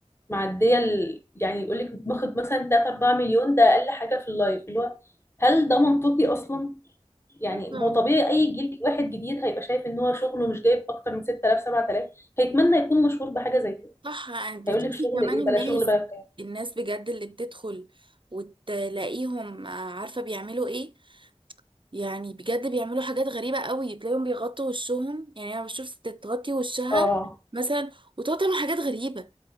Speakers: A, on the left; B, on the right.
A: معديه ال... يعني يقول لك باخد مثلا 3 4 مليون ده اقل حاجه في اللايف اللي هو هل ده منطقي اصلا
B: لا
A: يعني
B: طبعا
A: هو طبيعي اي جيل واحد جديد هيبقى شايف ان هو شغله مش جايب اكتر من 6000 7000 هيتمنى يكون مشهور بحاجه زي كده
B: صح يعني بتشوفي
A: هيقول لك شغل
B: كمان
A: ايه
B: الناس
A: بلا شغل بلا بتاع
B: الناس بجد اللي بتدخل وتلاقيهم آه، عارفة بيعملوا ايه يعني بجد بيعملوا حاجات غريبة قوي تلاقيهم بيغطوا وشهم يعني انا بشوف ست تغطي وشها
A: اه
B: مثلا وتقعد تعمل حاجات غريبة